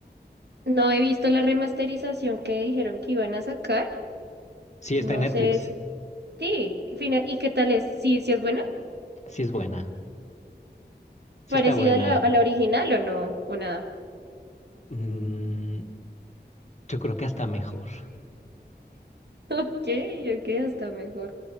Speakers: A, on the right; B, on the left.
A: No he visto la remasterización que dijeron que iban a sacar.
B: Sí, está
A: No
B: en Netflix.
A: sé si... Sí, y fina- ¿y qué tal es? ¿Sí, sí es buena?
B: Sí es buena. Sí
A: ¿Parecida
B: está buena.
A: a la, a la original o no? ¿O nada? <laughs>
B: Mm, yo creo que hasta mejor.
A: Ok, ok, hasta mejor.